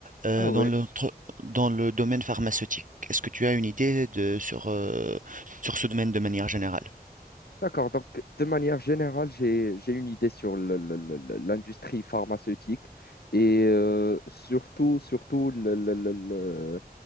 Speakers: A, on the right (about 55°); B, on the left (about 75°).
A: euh,
B: Ah ouais.
A: dans le, tr- dans le domaine pharmaceutique. Est-ce que tu as une idée de, sur, euh, sur ce domaine de manière générale?
B: D'accord, donc de manière générale, j'ai, j'ai une idée sur le- le- le- le- l'industrie pharmaceutique et euh, surtout, surtout le- le- le- le-